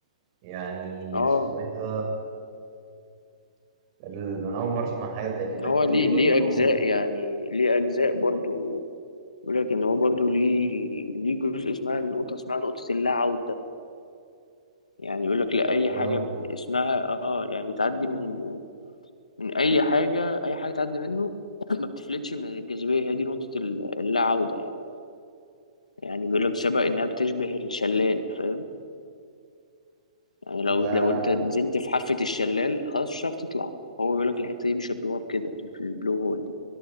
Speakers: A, on the right; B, on the left.
A: يعني
B: اه
A: اسمه ايه ده ال- انا اول مره اسمع عن حاجه زي كده
B: ان هو
A: كان
B: ليه
A: في برضو
B: ليه اجزاء يعني ليه اجزاء برضو يقول لك ان هو برضو ليه ليه جزء اسمها نقطه اسمها نقطه اللا عوده يعني يقول لك لا
A: والله
B: اي حاجه ب- اسمها اه يعني بتعدي من من اي حاجه اي حاجه تعدي منه <clears throat> <laughs> ما بتفلتش من الجاذبيه هي دي نقطه ال- اللا عوده يعني يعني بيقول لك شبه انها بتشبه الشلال فاهم يعني لو
A: لا
B: لو
A: لا
B: انت
A: انا
B: نزلت في حافه الشلال خلاص مش هتعرف تطلع هو بيقول لك الحته دي بيشبهوها بكده اللي في البلو هول دي